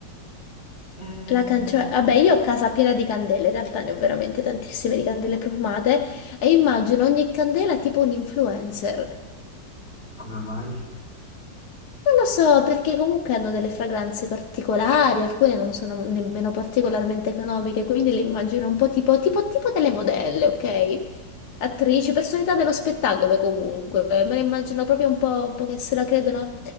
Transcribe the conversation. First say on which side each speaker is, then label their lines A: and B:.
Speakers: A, on the left (about 30°); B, on the left (about 65°).
A: Eh,
B: La can- cioè, vabbè,
A: sì.
B: io ho casa piena di candele, in realtà ne ho veramente tantissime di candele profumate e immagino ogni candela tipo un influencer.
A: Come mai?
B: Non lo so, perché comunque hanno delle fragranze particolari, alcune non sono nemmeno particolarmente economiche, quindi le immagino un po' tipo, tipo, tipo delle modelle, ok? Attrici, personalità dello spettacolo comunque, me le immagino proprio un po', un po' che se la credono,